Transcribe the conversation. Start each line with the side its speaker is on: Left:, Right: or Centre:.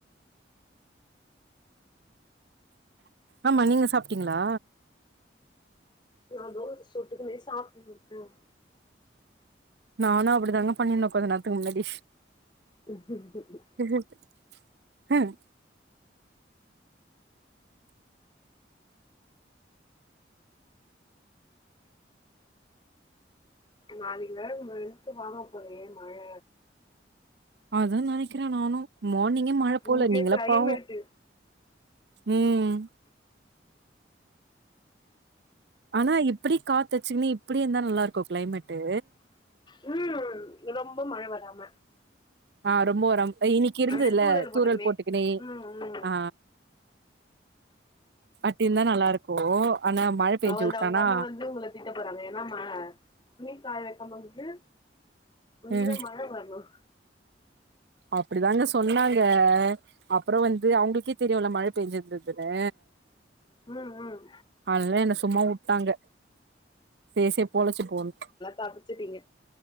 Right: ஆமா நீங்க சாப்ட்டீங்களா
Left: நா தோசை சுட்டுகுனே சாப்ட்டுட்டு இருக்கறோ
Right: நானும் அப்படிதாங்க பண்ணியிருந்த கொஞ்ச நேரத்துக்கு முன்னாடி
Left: <unintelligible>
Right: திவ்யாவுது ம்
Left: நாளைக்கு வேற வெளுத்து வாங்கப் போதே மழை
Right: அத்தா நெனைக்கறே நானும் மார்னிங்கே மழை போல
Left: இங்க
Right: நீங்கல்லா
Left: கிளைமேட்டு
Right: பாவோ உம் ஆனா இப்படி காத்து அடிச்சுங்கன்னே இப்படி இருந்தா நல்லா இருக்கும் கிளைமேட்டு
Left: உம் ரொம்ப மழை வராம
Right: ஆ ரொம்ப வராம இன்னிக்கு இருந்ததுல்ல
Left: அப்டியே
Right: தூறல்
Left: போட்டதுமே
Right: போட்டுக்கினே
Left: ம் ம்
Right: ஆ பட் இருந்தா நல்லா இருக்கும் ஆனா மழ பெஞ்சு
Left: அவள்
Right: வுட்டானா
Left: தா உங்க அம்மா வந்து உங்கள திட்ட போறாங்க என்னா மா துணி காய வெக்கும் போது <unintelligible>
Right: ம்
Left: மழை வரணும்
Right: அப்படிதாங்க சொன்னாங்க அப்புறம் வந்து அவுங்களுக்கே தெரியு இல்ல மழை பெஞ்சியிருந்தன்னு
Left: உம் உம்
Right: அதல்லா என்ன சும்மா உட்டாங்க சேர் சேரி போலச்சு போணுன்னு
Left: தப்புச்சிட்டீங்க